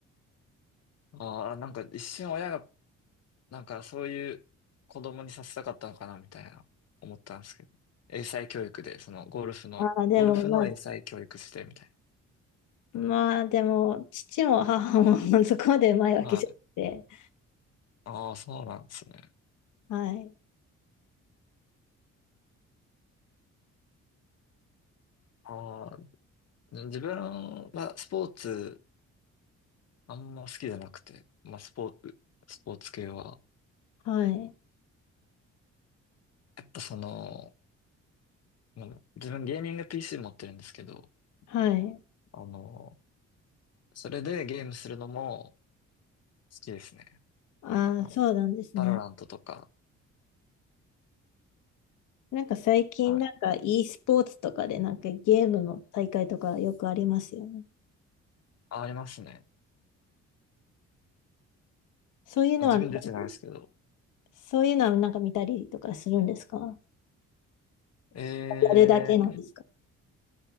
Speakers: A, on the left; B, on the left.
A: ああ、なんか一瞬親が、なんかそういう子供にさせたかったのかな、みたいな、思ったんですけど。英才教育で、そのゴルフの、
B: ああ、でもまあ、
A: ゴルフの英才教育して、みたい
B: まあでも父も母も <laughs> そこまでうまいわけじゃなくて。
A: な。はい。ああ、そうなんですね。
B: はい。
A: ああ、自分はスポーツ、あんま好きじゃなくて、まあスポーツ、スポーツ系は。
B: はい。
A: やっぱその、まあ自分ゲーミング PC 持ってるんですけど、
B: はい。
A: あの、それでゲームするのも好きですね。
B: ああ、
A: あの、
B: そうなんですね。
A: バロラントとか、
B: なんか最近なんか
A: はい。
B: e スポーツとかでなんかゲームの大会とかよくありますよね。
A: あ、ありますね。
B: そういうのは見たり、
A: 自分出てないですけど。
B: そういうのはなんか見たりとかするんですか
A: ええ
B: やるだけなんですか